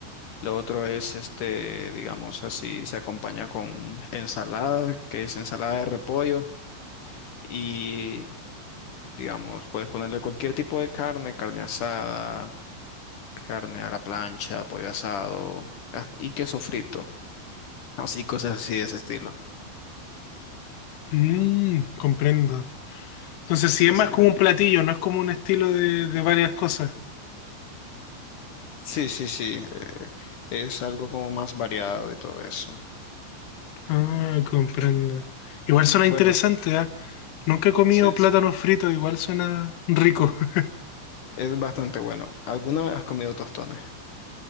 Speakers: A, on the left; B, on the left.
A: lo otro es este, digamos así, se acompaña con ensalada, que es ensalada de repollo. Y digamos, puedes ponerle cualquier tipo de carne, carne asada, carne a la plancha, pollo asado, as- y queso frito. Así, cosas así de ese estilo.
B: Mm, comprendo. Entonces,
A: Sí,
B: sí
A: sí,
B: es
A: sí.
B: más como un platillo, no es como un estilo de de varias cosas.
A: Sí, sí, sí, es algo como más variado y todo eso.
B: Ah, comprendo. Igual suena
A: Bueno,
B: interesante, ¿ah? Nunca he comido
A: sí, es
B: plátanos fritos, igual suena rico. <laughs>
A: es bastante bueno. ¿Alguna vez has comido tostones?